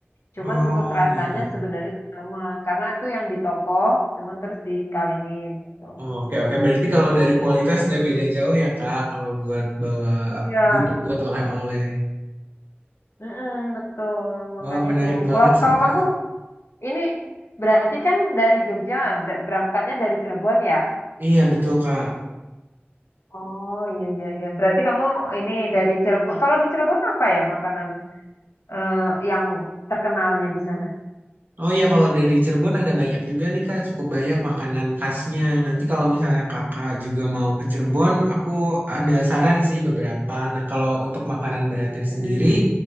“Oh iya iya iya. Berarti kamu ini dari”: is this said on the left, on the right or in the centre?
Left